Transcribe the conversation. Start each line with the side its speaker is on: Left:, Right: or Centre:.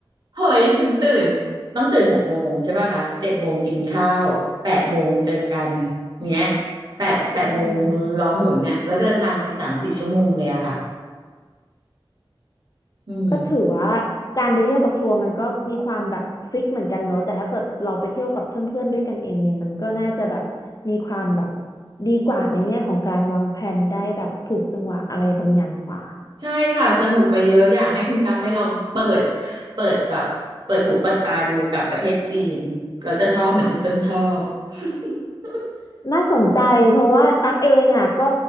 Right: เฮ้ยฉันตื่นต้องตื่นหกโมงใช่ป่ะคะเจ็ดโมงกินข้าวแปดโมงเจอกันเนี้ยแปดแปดโมงล้อหมุนเนี่ยแล้วเดินทางทีสามสี่ชั่วโมงเลยอะค่ะ
Left: อืม
Right: อืม
Left: ก็ถือว่าการไปเที่ยวกับทัวร์มันก็มีความแบบฟิกเหมือนกันเนอะแต่ถ้าเกิดเราไปเที่ยวกับเพื่อนๆด้วยกันเองเนี่ยมันก็น่าจะแบบมีความแบบดีกว่าในแง่ของการวางแผนได้แบบถูกจังหวะอะไรบางอย่างกว่า
Right: ใช่ค่ะสนุกไปเยอะอยากให้คุณตั๊บไปลองเปิดเปิดแบบเปิดหูเปิดตาดูกับประเทศจีนเราจะชอบเหมือนที่เปิ้ลชอบ <laughs>
Left: น่าสนใจเพราะว่าตักเองอ่ะก็